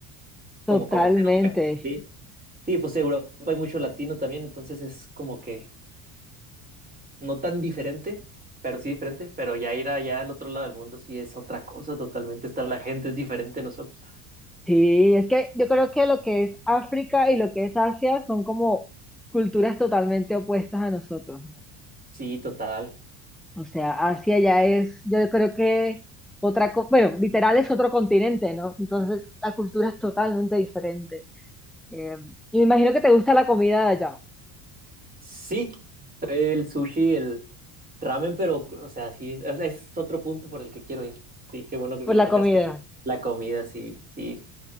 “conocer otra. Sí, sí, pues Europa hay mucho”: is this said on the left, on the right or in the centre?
Right